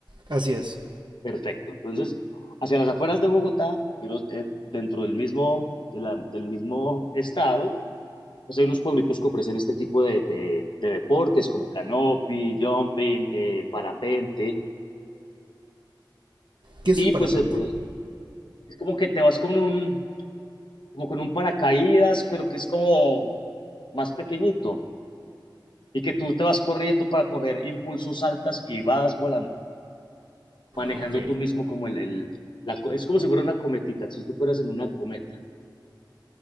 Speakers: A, on the right (about 70°); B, on the left (about 75°).
A: Así es.
B: Perfecto. Entonces, hacia las afueras de Bogotá, pero eh, dentro del mismo, de la- del mismo estado, pues hay unos pueblitos que ofrecen este tipo de, de- de deportes como canopy, jumping, eh, parapente,
A: ¿Qué es
B: y
A: el parapente?
B: pues eh, pues, es como que te vas con un como con un paracaídas, pero que es como, más pequeñito y que tú te vas corriendo para coger impulsos altas y vas volando, manejando
A: Ok.
B: tú mismo como el... el la, es como si fuera una cometita, si tú fueras en una cometa.